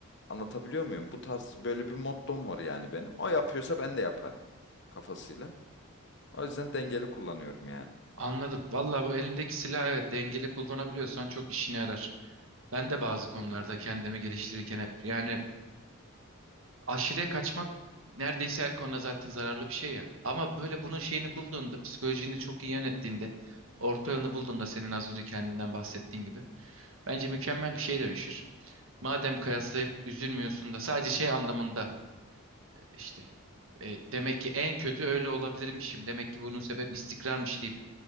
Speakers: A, on the left (about 55°); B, on the right (about 70°).
A: anlatabiliyor muyum? Bu tarz böyle bir mottom var yani benim. O yapıyorsa ben de yaparım kafasıyla. O yüzden dengeli kullanıyorum yani.
B: Anladım. Vallahi bu elindeki silah evet dengeli kullanabiliyorsan çok işine yarar. Ben de bazı konularda
A: Hı hı.
B: kendimi geliştirirken hep yani aşırıya kaçmak neredeyse her konuda zaten zararlı bir şey ya. Ama böyle bunun şeyini bulduğunda, psikolojini çok iyi yönettiğinde, orta yolunu bulduğunda senin az önce kendinden bahsettiğin gibi bence mükemmel bir şeye dönüşür. Madem kıyaslayıp üzülmüyorsun da sadece şey anlamında İşte e, demek ki en kötü öyle olabilirmişim. Demek ki bunun sebep istikrarmış deyip